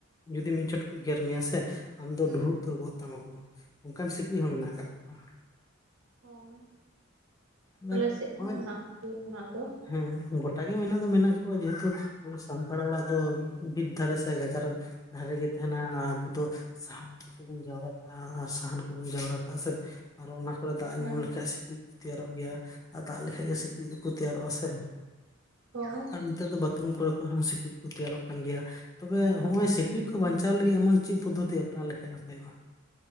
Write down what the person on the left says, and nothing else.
ᱡᱩᱫᱤ ᱢᱤᱫ ᱪᱚᱴ ᱠᱚ ᱜᱮᱨ ᱢᱮᱭᱟ ᱥᱮ ᱟᱢ ᱫᱚ
ᱰᱩᱦᱩ ᱩᱛᱟᱹᱨ ᱜᱚᱫ ᱛᱟᱢᱟᱠᱚ, ᱚᱱᱠᱟᱱ ᱥᱤᱠᱬᱤᱡ ᱦᱚᱸ ᱢᱮᱱᱟᱜ ᱟᱠᱟᱜ ᱠᱚᱣᱟ ᱾
ᱛᱚᱵᱮ
ᱱᱚᱜᱼᱚᱭ
ᱦᱮᱸ ᱜᱚᱴᱟ ᱜᱮ ᱢᱮᱱᱟᱜ ᱫᱚ ᱢᱮᱱᱟᱜ ᱠᱚᱣᱟ, ᱡᱮᱦᱮᱛᱩ ᱟᱵᱚ ᱥᱟᱱᱛᱟᱲ ᱚᱲᱟᱜ ᱫᱚ ᱵᱤᱨ ᱫᱷᱟᱨᱮ ᱥᱮ, ᱜᱟᱡᱟᱲ ᱫᱷᱟᱨᱮ ᱜᱮ ᱛᱟᱦᱮᱱᱟ, ᱟᱨ ᱟᱵᱚ ᱫᱚ ᱥᱟᱦᱟᱵ ᱛᱮᱵᱚᱱ ᱡᱟᱣᱨᱟ ᱠᱟᱜᱼᱟ ᱟᱨ ᱥᱟᱦᱟᱱ ᱠᱚᱵᱚᱱ ᱡᱟᱣᱨᱟ ᱠᱟᱜᱼᱟ ᱥᱮ ᱟᱨᱚ ᱚᱱᱟ ᱠᱚ ᱠᱚᱨᱮ ᱫᱟᱜ
ᱧᱟᱢ ᱞᱮᱠᱷᱟᱡ ᱥᱤᱠᱬᱤᱡ ᱠᱚ ᱛᱮᱭᱟᱨᱚᱜ ᱜᱮᱭᱟ, ᱟᱨ ᱫᱟᱜ ᱞᱮᱠᱷᱟᱡ ᱜᱮ ᱥᱤᱠᱬᱤᱡ ᱫᱚᱠᱚ ᱛᱮᱭᱟᱨᱚᱜᱼᱟ ᱥᱮ?
ᱟᱨ ᱱᱤᱛᱟᱨ ᱫᱚ ᱵᱟᱛᱷᱨᱩᱢ ᱠᱚᱨᱮ ᱠᱷᱚᱡ ᱦᱚᱸ ᱥᱤᱠᱲᱤᱡ᱾ ᱛᱮᱭᱟᱨᱚᱜ ᱠᱟᱱ ᱜᱮᱭᱟ ᱛᱚᱵᱮ ᱦᱚᱸᱜ-ᱚᱭ ᱥᱤᱠᱲᱤᱡ ᱠᱚ ᱵᱟᱧᱪᱟᱣ ᱞᱟᱹᱜᱤᱫ ᱮᱢᱚᱱ ᱪᱮᱫ ᱯᱚᱫᱽᱫᱷᱚᱛᱤ ᱟᱯᱱᱟᱨ ᱞᱮᱠᱷᱟᱡ ᱱᱟᱯᱟᱭᱚᱜᱼᱟ᱾